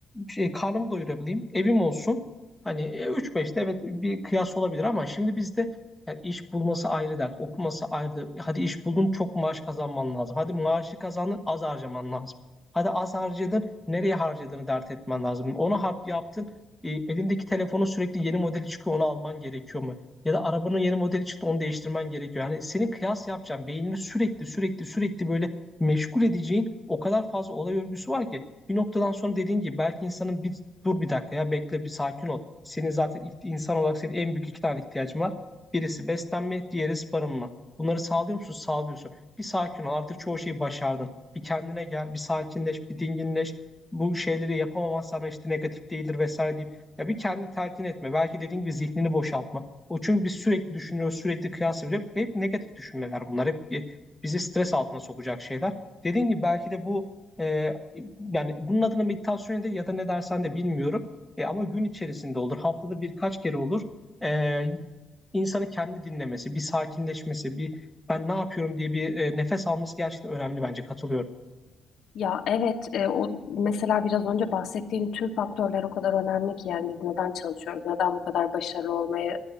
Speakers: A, in the centre; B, on the left.
A: şey, karnımı doyurabileyim, evim olsun. Hani 3-5'te evet bir kıyas olabilir ama şimdi bizde yani iş bulması ayrı dert, okuması ayrı. Hadi iş buldun çok maaş kazanman lazım. Hadi maaşı kazandın az harcaman lazım. Hadi az harcadın nereye harcadığını dert etmen lazım. Onu hap yaptın e, elindeki telefonun sürekli yeni modeli çıkıyor onu alman gerekiyor mu? Ya da arabanın yeni modeli çıktı onu değiştirmen gerekiyor. Yani senin kıyas yapacağın beynini sürekli sürekli sürekli böyle meşgul edeceğin o kadar fazla olay örgüsü var ki bir noktadan sonra dediğin gibi belki insanın bir dur bir dakika ya bekle bir sakin ol. Senin zaten insan olarak senin en büyük iki tane ihtiyacın var. Birisi beslenme, diğeri barınma. Bunları sağlıyor musun? Sağlıyorsun. Bir sakin ol. Artık çoğu şeyi başardın. Bir kendine gel, bir sakinleş, bir dinginleş. Bu şeyleri yapamamazsan işte negatif değildir vesaire deyip ya bir kendi telkin etme. Belki dediğin gibi zihnini boşaltma. O çünkü biz sürekli düşünüyoruz, sürekli kıyas ediyoruz. Hep negatif düşünmeler bunlar. Hep e, bizi stres altına sokacak şeyler. Dediğin gibi belki de bu e, yani bunun adına meditasyon de ya da ne dersen de bilmiyorum. E, ama gün içerisinde olur. Haftada birkaç kere olur. E, insanı kendi dinlemesi, bir sakinleşmesi, bir ben ne yapıyorum diye bir e, nefes alması gerçekten önemli bence katılıyorum.
B: Ya evet e, o mesela biraz önce bahsettiğin tüm faktörler o kadar önemli ki yani biz neden çalışıyoruz, neden bu kadar başarılı olmaya e,